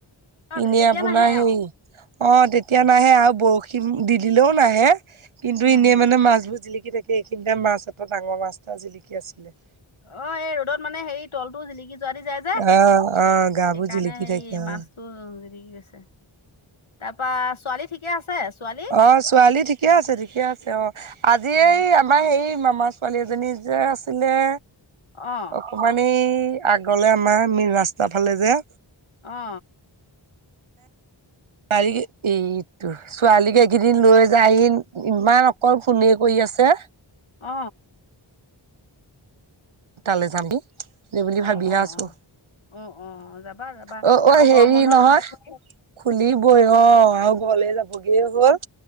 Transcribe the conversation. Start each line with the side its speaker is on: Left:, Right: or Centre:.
Left: অ
Right: এনে
Left: তেতিয়া
Right: আপোনাৰ
Left: নাহে
Right: হেৰি
Left: অ
Right: অঁ তেতিয়া নাহে আৰু বৰশী দি দিলেও নাহে। কিন্তু
Left: নাহে
Right: এনেই মানে
Left: অ
Right: মাছবোৰ জিলিকি থাকে, এইখিনিতে মাছ এটা ডাঙৰ মাছ এটা জিলিকি আছিলে।
Left: অ এই ৰ'দত মানে হেৰি তলটো জিলিকি যোৱাদি যায় যে,
Right: অ অ গাবোৰ
Left: সেইকাৰণে
Right: জিলিকি
Left: সেই
Right: থাকে অ
Left: মাছটো জিলিকি গৈছে। তাৰপৰা ছোৱালী ঠিকে আছে ছোৱালী?
Right: অঁ ছোৱালী ঠিকে আছে ঠিকে আছে অঁ। আজি
Left: অ
Right: এই আমাৰ হেই মামা ছোৱালী এজনী যে আছিলে
Left: অঁ
Right: অকমান এই আগলৈ আমাৰ মেইন ৰাস্তাৰ ফালে যে।
Left: অ
Right: তালগ <inaudible> এইটো ছোৱালীক এইকেইদিন লৈ যায়হি ইমান অকল ফোনে কৰি আছে
Left: অ
Right: তালৈ যামগে সেইবুলি ভাবিহে
Left: অ অ
Right: আছো
Left: অ অ অ যাবা যাবা
Right: অ অ অ
Left: আকৌ
Right: হেৰি
Left: গৰম বন্ধ
Right: নহয়
Left: খুলিবই
Right: খুলিবই অ আৰু ঘৰলে যাবগে হ'ল